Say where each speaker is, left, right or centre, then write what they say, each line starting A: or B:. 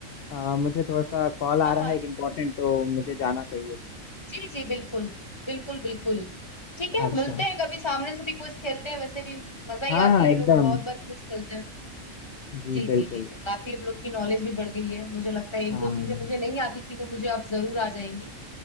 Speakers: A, on the left; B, on the left.
A: अ, मुझे थोड़ा सा कॉल आ
B: हाँ
A: रहा
B: हाँ
A: है एक इम्पोर्टेंट तो मुझे जाना चाहिए
B: जी जी बिल्कुल बिल्कुल बिल्कुल ठीक है
A: अच्छा
B: मिलते हैं कभी सामने से भी क्विज खेलते हैं वैसे भी मजा ही
A: हाँ
B: आती
A: हाँ
B: है
A: एकदम
B: हम लोग बहुत बार क्विज खेलते हैं
A: जी
B: जी
A: बिल्कुल
B: जी जी जी काफी हम लोग की नॉलेज भी बढ़ गई है मुझे लगता है एक
A: हाँ
B: दो चीजें मुझे नहीं आती थी वो मुझे अब जरूर आ जाएंगी